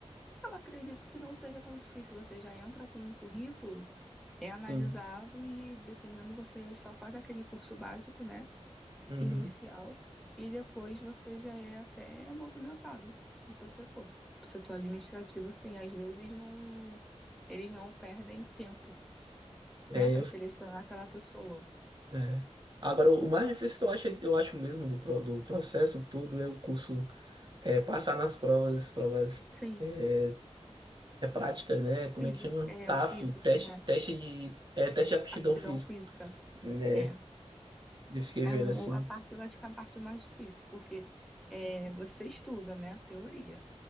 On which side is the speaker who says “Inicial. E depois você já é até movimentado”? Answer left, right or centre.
Centre